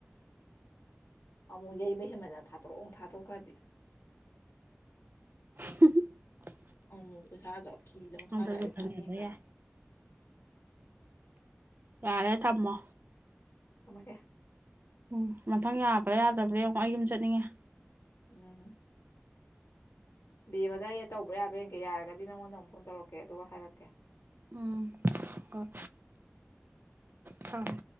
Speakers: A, on the left; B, on the right.
A: ꯑꯃꯨꯛ ꯌꯩꯕ ꯍꯦꯟꯃꯟꯗꯅ ꯊꯥꯠꯇꯣꯔꯛꯑꯣ ꯊꯥꯗꯣꯛꯈ꯭ꯔꯗꯤ
B: <inaudible>
A: ꯑꯃꯨꯃꯨꯛ ꯄꯩꯁꯥꯗꯣ ꯐꯤꯗꯊꯥꯒꯗꯤ
B: ꯑꯗꯨꯁꯨ ꯐꯅꯕ
A: ꯐꯅꯤꯗꯅ
B: ꯌꯥꯏ ꯌꯥꯔꯦ ꯊꯝꯃꯣ
A: ꯊꯝꯃꯒꯦ
B: ꯎꯝ ꯃꯊꯪ ꯌꯥꯕ꯭ꯔꯥ ꯌꯥꯗꯕ꯭ꯔꯥ ꯌꯦꯡꯉꯣ ꯑꯩ ꯌꯨꯝ ꯆꯠꯅꯤꯡꯉꯦ
A: ꯎꯝ ꯕ‌ꯦꯝꯃꯗ ꯑꯩꯅ ꯇꯧꯕ ꯌꯥꯕ꯭ꯔꯥ ꯌꯦꯡꯒꯦ ꯌꯥꯔꯒꯗꯤ ꯅꯪꯉꯣꯟꯗ ꯑꯃꯨꯛ ꯐꯣꯟ ꯇꯧꯔꯛꯀꯦ ꯑꯗꯨꯒ ꯍꯥꯏꯔꯛꯀꯦ
B: ꯎꯝ ꯍ‌ꯣꯏ ꯊꯝꯃ‌ꯦ